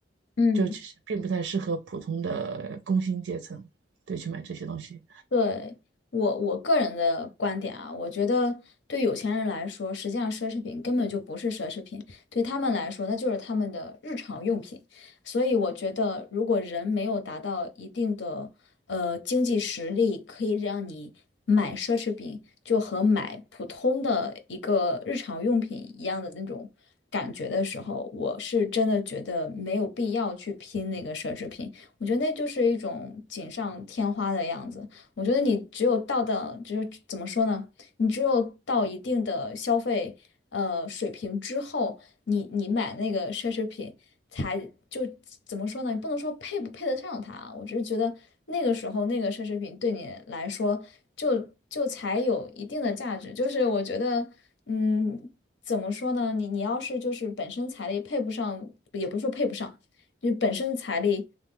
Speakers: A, on the left; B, on the right.
A: 嗯。
B: 就其实并不太适合普通的工薪阶层，对，去买这些东西。
A: 对，我我个人的观点啊，我觉得对有钱人来说，实际上奢侈品根本就不是奢侈品，对他们来说，那就是他们的日常用品。所以我觉得，如果人没有达到一定的呃经济实力，可以让你买奢侈品，就和买普通的一个日常用品一样的那种感觉的时候，我是真的觉得没有必要去拼那个奢侈品。我觉得那就是一种锦上添花的样子。我觉得你只有到的，就是怎么说呢？你只有到一定的消费呃水平之后，你你买那个奢侈品才就怎么说呢？不能说配不配得上它啊，我只是觉得那个时候那个奢侈品对你来说就就才有一定的价值。就是我觉得，嗯，怎么说呢？你你要是就是本身财力配不上，也不是说配不上。就本身财力